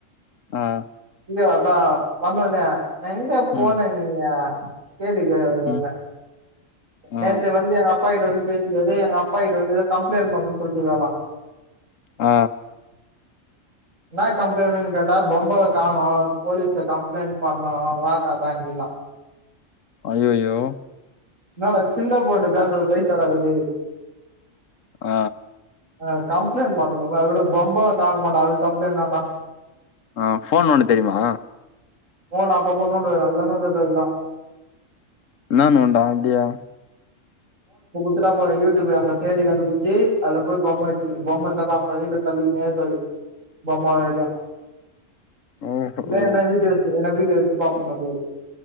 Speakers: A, on the left; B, on the right.
A: ஆ
B: ஐயோ அதா வந்த உடனே எங்கப் போன
A: ம்
B: நீ யா கேள்வி கேக்குது என்ன
A: ம்
B: நேத்து
A: ஆ
B: வந்து ஆப் அப்பா கிட்ட வந்து பேசிக்கது எங்க அப்பாகிட்ட வந்து ஏதோ கம்ப்ளைண்ட் பண்ணணுன்னு சொல்லிட்டுருக்காளா
A: ஆ
B: என்ன கம்ப்ளைன்னு கேட்டா பொம்ம காணோ போலீஸ்ல கம்ப்ளைண்ட் பண்ணு வா தாத்தாதுங்க
A: அய்யயோ
B: <unintelligible> சின்ன பொண்ணு பேசுறது பேச டா இது
A: ஆ
B: ஆ கம்ப்லேண்ட் பண்ணனுமா அது விட பொம்ப காணமான்னு டா அது கம்ப்ளைண்ட் வேண்டா
A: ஆ போன் நோண்ட தெரியுமா
B: போன் அப்பப்ப நோண்டுவ நல்ல நோண்டுது எல்லா
A: என்ன நொண்டு அப்டியே
B: கொடுத்து டா போது யூ ட்யூப் அங்க தேடி கண்டுபிச்சு அதுல போய் பொம்ம வச்சு பொம்ம இருந்தா பார்ப்பது இல்ல அத தள்ளிட்டே இருக்கு அது பொம்ம வர
A: ஓஹோ
B: இல்ல என்ன வீடியோஸ் என்ன வீடியோ எத்து பாப்பணு போய்